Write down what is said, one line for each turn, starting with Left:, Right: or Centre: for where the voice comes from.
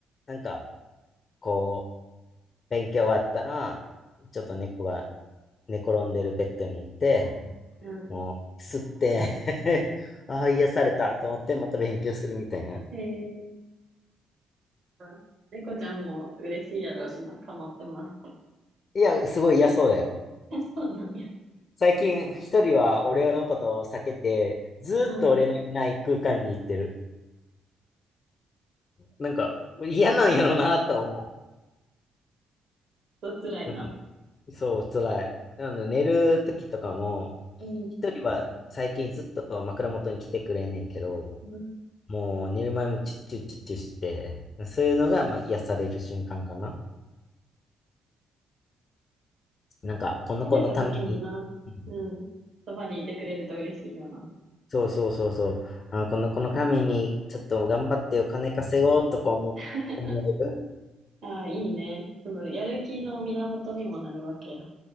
Left: なんか、こう、勉強終わったら、ちょっと猫が寝転んでるベッドに行って、
Right: うん。
Left: もう、吸って <laughs> ああ、癒されたと思って、また勉強するみたいな。
Right: へえ、あ猫ちゃんも嬉しいやろうしな、かまってもらって。
Left: いや、すごい嫌そうだよ。
Right: <laughs> そうなんや。
Left: 最近、一人は俺のことを避けて、ずーっと俺のいない空間に行ってる。
Right: うん。
Left: なんか、嫌なんやろなと思
Right: と辛いな。
Left: う。<laughs> そう、辛い。なので、寝る時とかも、
Right: うん。
Left: 一人は最近ずっと枕元に来てくれんねんけど、
Right: うん
Left: もう寝る前もチュッチュッチュッチュして、そういうのがまあ癒される瞬間かな。なんか、この子のために、
Right: 慣れた時にな。
Left: うん
Right: うん。そばにいてくれると嬉しいよな。
Left: そうそうそうそう、あ、この子のためにちょっと頑張ってお金稼ごうとか思う、
Right: <laughs>
Left: 思える。
Right: ああ、いいね。その、やる気の源にもなるわけや。